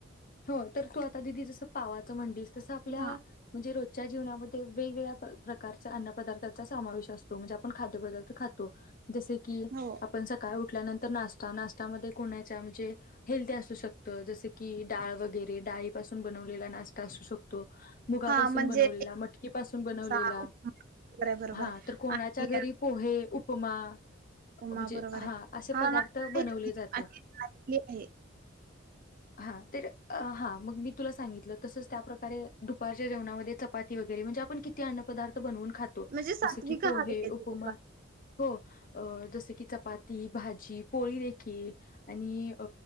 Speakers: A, on the left; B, on the right.
A: हो तर तू आता दिदी जसं पावाचं म्हणलीस तसं आपल्या-
B: हा
A: म्हणजे रोजच्या जीवनामध्ये वेग वेगगळ्या प्रकारच्या अन्न पदार्थांचा समावेश असतो म्हणजे आपण खाद्यपदार्थ खातो- जसे की आप-
B: हो
A: आपण सकाळी उठल्यानंतर नाश्ता नाश्यामध्ये कोणा च्या म्हणजे हेल्दी असू शकतं जस की... - डाळ वगैरे डाळीपसून बनवलेला नाश्ता असू शकतो, मुगापासून
B: हा म्हणजे
A: बनवलेला, मटकीपासून बनवलेला-
B: बरोबर आहे बरोबर
A: हा
B: आहे
A: तर कोणाच्या
B: आणि
A: घरी पोहे, उपमा
B: उपमा
A: म्हणजे
B: बरोबर
A: हा
B: आहे
A: असे
B: हा
A: पदार्थ
B: ना
A: बनवले
B: आहे
A: जातात.
B: आणि आहे
A: हा तर, अ हा मग मी तुला सांगितलं तसंच त्या प्रकारे दुपारच्या जेवणा मध्ये चपाती वगैरे म्हणजे आपण किती अन्न पदार्थ बनवून खातो.
B: म्हणजे सात्विक
A: जसं की पोहे,
B: आहार घ्यायचा.
A: उपमा हो, जस की चपाती, भाजी पोळी देखील. आणि अ